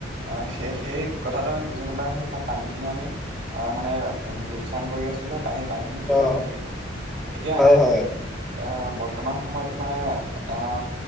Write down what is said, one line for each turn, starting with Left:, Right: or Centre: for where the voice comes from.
Right: আহ সেই সেই কথাটো আমি বুজি নাপায় সে ইমান পানী খিনি আমি অহ মানে লোকচান কৰি আছো বা সেই পানী খিনি প্ৰদূষন
Centre: অ',
Right: কৰি এতিয়া
Centre: হয়, হয়,
Right: আহ, বৰ্তমান সময়তো মানে আহ